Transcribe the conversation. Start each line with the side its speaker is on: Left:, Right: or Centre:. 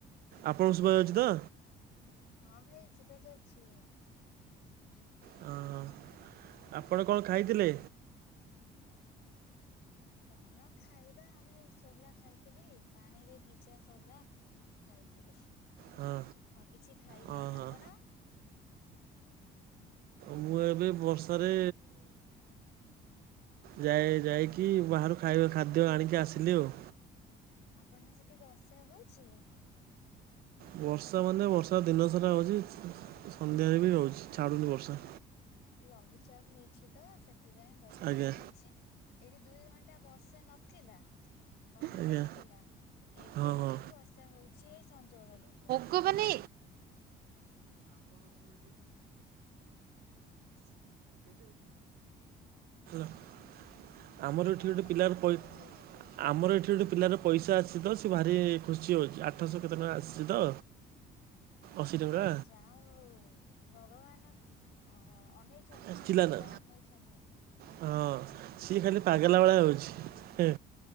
Right: ଆପଣଙ୍କୁ ଶୁଭା ଯାଉଚି ତ।
Left: ହଁ, ଭାଇ ଶୁଭା ଯାଉଛି।
Right: ହଁ, ଆପଣ କଣ ଖାଇଥିଲେ?
Left: କଣ ଖାଇବା, ଆମେ ସୋଲା ଖାଇଥିଲି ପାଣିରେ ଭିଜା ସୋଲା। ଖାଇଥିଲୁ।
Right: ହଁ
Left: ଆଉ କିଛି ଖାଇ
Right: ହଁ
Left: ନାହିଁ।
Right: ହଁ
Left: ଆପଣ
Right: ମୁଁ ଏବେ ବର୍ଷାରେ ଯାଇ ଯାଇକି ବାହାରୁ ଖାଇବା ଖାଦ୍ୟ ଆଣିକି ଆସିଲି ଆଉ।
Left: ଆପଣ ସେଠି ବର୍ଷା ହଉଛି।
Right: ବର୍ଷା ମାନେ ବର୍ଷା ଦିନସାରା ହଉଛି, ସନ୍ଧ୍ୟାରେ ବି ହଉଛି, ଛାଡୁନି ବର୍ଷା।
Left: ଆଉ ଲଘୁଚାପ ହେଇଛି ତ ସେ ସେ ଯାଏ ବର୍ଷା
Right: ଆଜ୍ଞା
Left: ହଉଛି, ଏଠି ଦୁଇ ଘଣ୍ଟା ବର୍ଷା ନଥିଲା। କମି
Right: ଆଜ୍ଞା
Left: ଯାଇଥିଲା। ଏବେ
Right: ହଁ
Left: କିନ୍ତୁ
Right: ହଁ
Left: ବର୍ଷା ହଉଛି ଏଇ ସଞ୍ଜ ବେଳ ଠୁ।
Right: କୋଉ ମାନେ <unintelligible> ଆମର ଏଠି
Left: କଣ
Right: ଗୋଟେ ପିଲାର
Left: କହୁଛନ୍ତି
Right: ପଇ
Left: ଭାଇ?
Right: ଆମର ଏଠି ଗୋଟେ ପିଲାର ପଇସା ଆସିଛି ତ, ସିଏ ଭାରି ଖୁସି ହେଉଛି, ଆଠଶହ କେତେ ଟଙ୍କା ଆସିଛି ତ ଅଶୀ ଟଙ୍କା
Left: ଓହୋ ଯା ହଉ ଭଗବାନ ଅ-ଅନେ ଚନ୍ତି।
Right: ଆସିଥିଲା
Left: ଜଗା
Right: ନା
Left: ଅନେଇଛନ୍ତି।
Right: ହଁ, ସିଏ ଖାଲି ପାଗଲା ଭଳିଆ ହଉଛି। ହେ